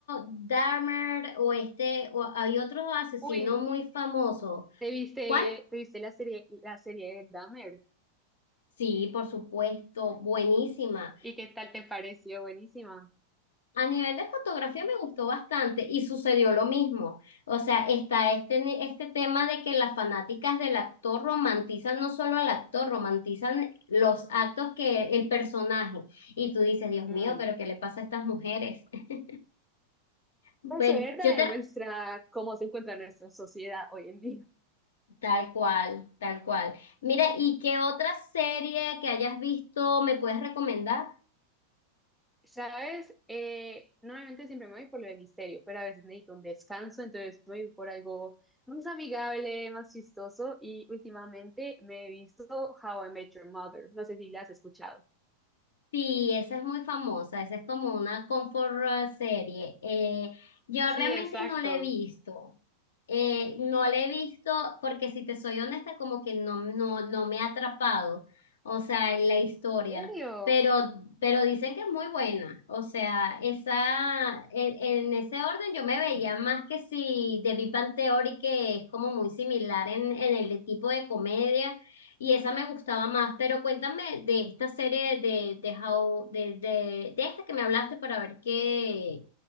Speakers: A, on the left; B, in the centre.
A: Dahmer o este, o hay otro asesino
B: Uy,
A: muy famoso.
B: ¿te viste,
A: ¿Cuál?
B: te viste la serie, la serie de Dahmer?
A: Sí, por supuesto, supuenísima.
B: ¿Y qué tal te pareció? Buenísima.
A: A nivel de fotografía me gustó bastante y sucedió lo mismo. O sea, está este, ne- este tema de que las fanáticas del actor romantizan no solo al actor, romantizan los actos que el personaje. Y tú dices, Dios
B: Mm.
A: mío, pero ¿qué le pasa a estas mujeres? <laughs> Bueno,
B: Eso es verdad,
A: yo te...
B: demuestra cómo se encuentra nuestra sociedad hoy en día.
A: Tal cual, tal cual. Mira, ¿y qué otra serie que hayas visto me puedes recomendar?
B: ¿Sabes? Eh, normalmente siempre me voy por lo de misterio, pero a veces necesito un descanso, entonces voy por algo más amigable, más chistoso, y últimamente me he visto How I Met Your Mother. No sé si la has escuchado.
A: Sí, esa es muy famosa, esa es como una comfort eh, serie. Eh, yo
B: Sí,
A: realmente
B: exacto.
A: no la he visto. Eh, no la he visto porque si te soy honesta, como que no, no, no me ha atrapado, o sea, en la historia.
B: ¿En serio?
A: Pero, pero dicen que es muy buena. O sea, esa, en, en ese orden yo me veía más que si The Big Bang Theory, que es como muy similar en, en el tipo de comedia. Y esa me gustaba más, pero cuéntame de esta serie de, de How, de, de, de esta que me hablaste para ver qué,